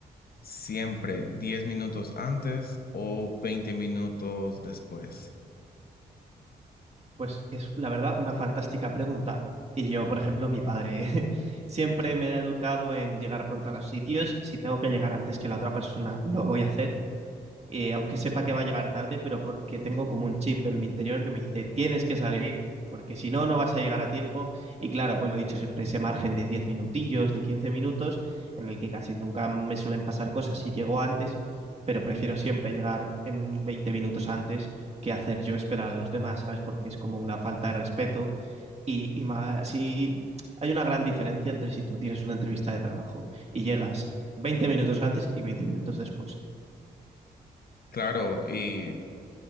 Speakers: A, on the left (about 55°); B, on the right (about 35°).
A: siempre 10 minutos antes o 20 minutos después.
B: Pues es, la verdad, una fantástica pregunta. Y yo, por ejemplo, mi padre <laughs> siempre me ha educado en llegar pronto a los sitios. Si tengo que llegar antes que la otra persona, lo voy a hacer eh, aunque sepa que va a llegar tarde, pero porque tengo como un chip en mi interior que me dice, tienes que salir, porque si no, no vas a llegar a tiempo. Y claro, pues lo he dicho, siempre ese margen de 10 minutillos, de 15 minutos, en el que casi nunca me suelen pasar cosas si llego antes, pero prefiero siempre llegar en 20 minutos antes que hacer yo esperar a los demás, ¿sabes? Porque es como una falta de respeto y, y más, si... Hay una gran diferencia entre si tú tienes una entrevista de trabajo y llegas 20 minutos antes y 20 minutos después.
A: Claro, y